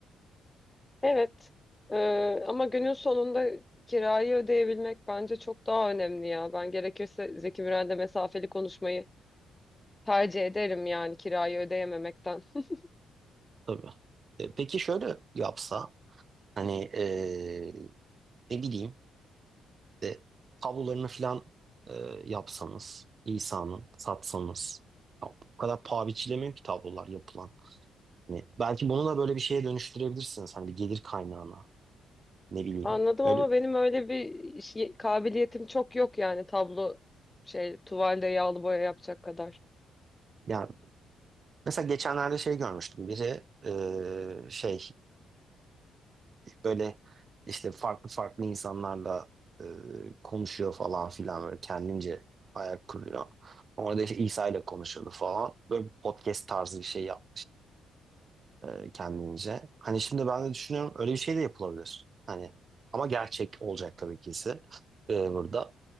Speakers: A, on the left; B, on the right.
A: Evet. Ee, ama günün sonunda kirayı ödeyebilmek bence çok daha önemli ya. Ben gerekirse Zeki Müren'le mesafeli konuşmayı tercih ederim yani kirayı ödeyememekten. <laughs>
B: tabii. E, peki şöyle yapsa hani e, ne bileyim de tablolarını falan e, yapsanız İsa'nın satsanız ya, bu kadar paha biçilemiyor ki tablolar yapılan. Hani belki bunu da böyle bir şeye dönüştürebilirsiniz hani bir gelir kaynağına ne bileyim.
A: Anladım
B: Öyle
A: ama benim öyle bir iş- kabiliyetim çok yok yani tablo şey tuvalde yağlı boya yapacak kadar.
B: yani mesela geçenlerde şey görmüştüm biri e, şey böyle işte farklı farklı insanlarla e, konuşuyor falan filan böyle kendince ayak kuruyor. Orada işte İsa ile konuşuyordu falan. Böyle podcast tarzı bir şey yap e, kendince. Hani şimdi ben de düşünüyorum öyle bir şey de yapılabilir. Hani ama gerçek olacak tabii ki ise e, burada.